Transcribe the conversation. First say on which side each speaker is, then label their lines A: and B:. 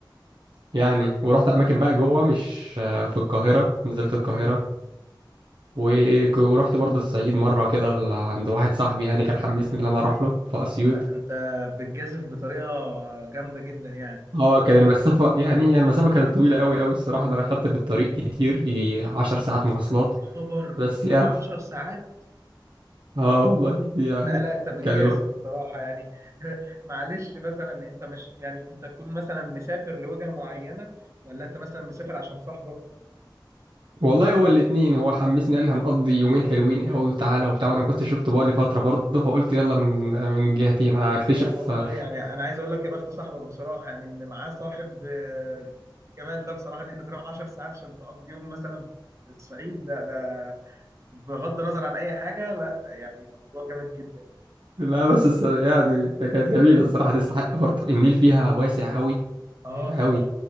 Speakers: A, on the right; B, on the right.
A: يعني ورحت أماكن بقى جوه مش في القاهرة نزلت القاهرة
B: مم.
A: وك- ورحت برضه الصعيد مرة كده ل- عند واحد صاحبي يعني كان حمسني إن أنا أروح له في أسيوط
B: لا ده انت بتجازف بطريقه جامده جدا يعني
A: اه كان المسافة يعني يعني المسافة كانت طويلة أوي أوي الصراحة ده أنا خدت في الطريق كتير يجي عشر ساعات مواصلات
B: يا خبر
A: بس يعني
B: 10 ساعات
A: <laughs> اه والله يعني
B: لا لا انت بتجازف
A: كان الوقت
B: بصراحه يعني <laughs> معلش مثلا انت مش يعني انت تكون مثلا مسافر لوجهه معينه ولا انت مثلا مسافر عشان صاحبك
A: والله هو الاتنين هو حمسني قال لي هنقضي يومين حلوين أوي وتعالى وبتاع وأنا ما كنتش شفته بقالي فترة برضه فقلت يلا من من الجهتين أكتشف
B: لا والله
A: <laughs>
B: يعني انا عايز اقول لك يا بخت صاحبك بصراحه يعني ان معاه صاحب آه، جمال ده بصراحه ان انت تروح 10 ساعات عشان تقضي يوم مثلا في الصعيد لا ده بغض النظر عن اي حاجه لا يعني موضوع جامد جدا
A: لا بس الص- يعني كانت جميلة الصراحة تستحق برضه النيل فيها واسع أوي
B: اه
A: أوي
B: طبعا